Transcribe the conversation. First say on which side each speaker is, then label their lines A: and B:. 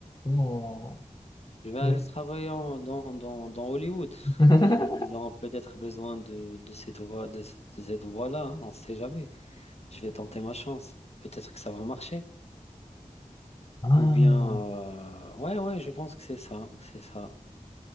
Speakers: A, on the left; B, on the left.
A: sinon,
B: Je vais aller
A: j'ai-
B: travailler en- dans, dans, dans Hollywood. <laughs>
A: <laughs>
B: Ils auront peut-être besoin de, de cette voie, de, ce- de cette voie-là, hein, on ne sait jamais. Je vais tenter ma chance. Peut-être que ça va marcher.
A: Ah,
B: Ou bien, euh, ouais, ouais, je pense que c'est ça, c'est ça.